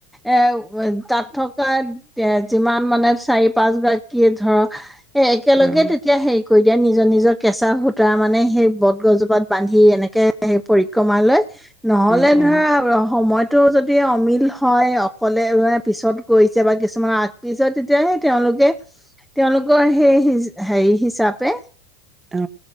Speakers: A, in the centre; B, on the right (about 15°).
A: এ', তাত থকা এ', যিমান মানে চাৰি পাঁচ গৰাকী ধৰক এ-একেলগে
B: অ',
A: তেতিয়া হে কৰি দিয়া নিজৰ-নিজৰ কেঁচাহুত তাৰ মানে সেই বটগছজোপাত বান্ধি এনেকে সেই পৰিক্ৰমা লৈ নহ'লে
B: অ', অ',
A: ধৰা সময়টো যদি অমিল হয় অ কলে মানে পিছত কৰিছে বা কিছুমানে আগ, পিছ তেতিয়াহে তেওঁলোকে-তেওঁলোকৰ সেই হেৰি হিচাপে
B: অ।